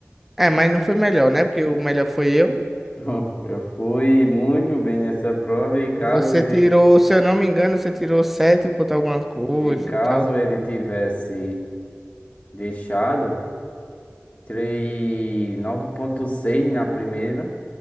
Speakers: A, in the centre; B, on the left (about 35°).
A: é, mas não foi melhor, né? Porque o melhor foi eu.
B: <laughs> Eu fui muito bem nessa prova e caso
A: Você
B: ele
A: tirou, se eu não me engano, você tirou 7 ponto alguma coisa
B: e caso
A: e tal.
B: ele tivesse deixado, tirei nove ponto seis na primeira.